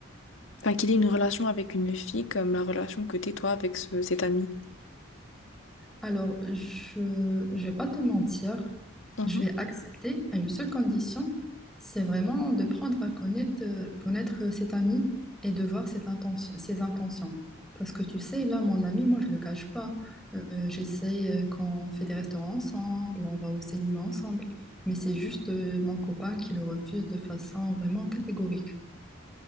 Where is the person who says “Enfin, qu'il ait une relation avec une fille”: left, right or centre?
Left